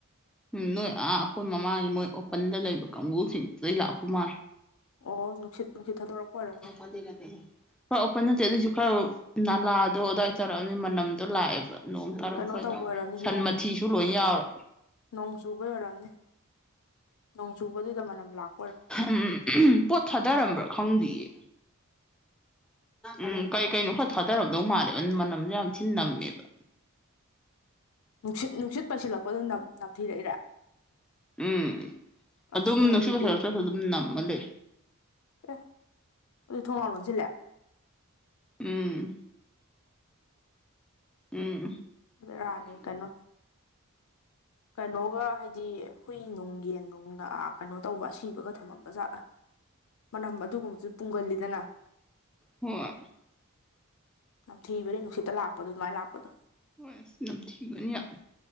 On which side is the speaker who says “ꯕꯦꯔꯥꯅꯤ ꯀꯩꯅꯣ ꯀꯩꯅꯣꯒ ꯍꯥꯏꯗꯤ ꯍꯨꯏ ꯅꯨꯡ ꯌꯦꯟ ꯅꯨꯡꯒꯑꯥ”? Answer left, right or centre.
Left